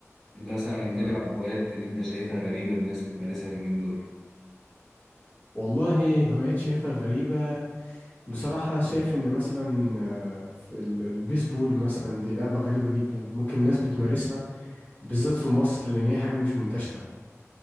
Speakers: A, in the centre; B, on the left.
A: انت مثلا هنتكلم
B: مم.
A: عن هوايات اللي انت شايفها غريبة اللي الناس بتمارسها اليومين دول
B: والله هوايات شايفها غريبة بصراحة شايف إن مثلا آه، في ال- البيسبول مثلا دي لعبة غريبة جدا ممكن ناس بتمارسها بالذات في مصر لأن هي حاجة مش منتشرة